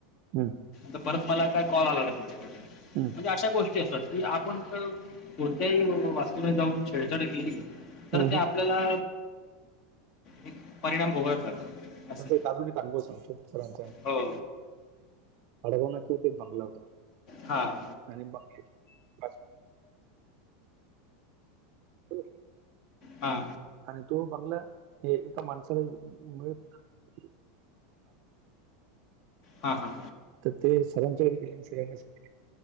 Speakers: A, on the right; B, on the left.
A: हम्.
B: न परत मला काय कॉल आला ना त्यांच्याकडून
A: हं,
B: म्हणजे अशा गोष्टी. आपण कोणत्याही वास्तु ला जाऊन छेडछाड केली
A: हं,
B: तर.
A: हं.
B: आपल्याला एक परिणाम भोगावेच लागतात. असं
A: मी माझा एक अनुभव सांगतो
B: हो
A: अडगाव मध्ये एक बंगला होता. <unintelligible>
B: हां,
A: आणि बंगल्यात. हो,
B: हा.
A: आणि तो बंगला हे एका माणसाला मिळत.
B: हा हा.
A: तर ते साराच्याकडे गेले काय नसते.